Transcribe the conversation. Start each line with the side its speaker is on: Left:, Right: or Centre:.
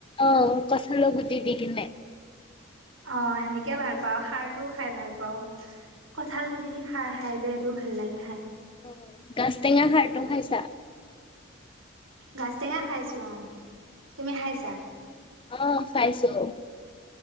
Left: অ', কঠালৰ গুটি দিকিনে
Right: অ', সেনেকে ভাল পাওঁ সাৰটোও খাই ভাল পাওঁ। কঁঠাল গুটি দি খাৰ খাই যে সেইটোও ভাল লাগে খাই
Left: অ', গাজটেঙা খাৰটো খাইছা।
Right: গাজ টেঙা খাইছোঁ অ', তুমি খাইছা।
Left: অহ, খাইছো।